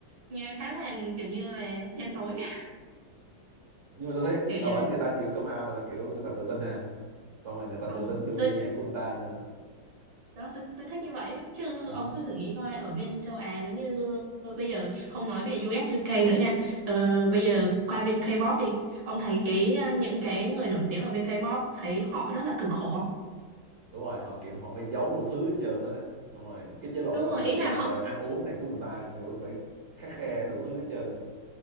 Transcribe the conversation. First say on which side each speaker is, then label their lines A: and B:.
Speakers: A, on the right; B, on the right.
A: nghe khá là kiểu như là đen tối <laughs>
B: nhưng mà tôi thấy
A: kiểu
B: ở
A: vậy.
B: bển người ta kiểu camel, người ta kiểu người ta tự tin ha xong rồi người ta
A: Ồ,
B: tự tin đưa
A: tôi
B: vô nhạc của người ta nữa
A: đó tôi, tôi thích như vậy ấy. chứ
B: ừ.
A: ông cứ thử nghĩ coi ở bên châu Á giống như bây giờ không nói về US UK nữa nha ờ, bây giờ qua bên K-pop đi ông thấy cái ờ, những cái người nổi tiếng ở bên K-pop thấy họ rất là cực khổ không?
B: đúng rồi họ kiểu họ phải giấu đủ thứ hết trơn lên á xong rồi cái chế độ
A: đúng
B: tập
A: rồi
B: luyện
A: ý là họ
B: rồi ăn uống này của người ta kiểu phải khắt khe đủ thứ hết trơn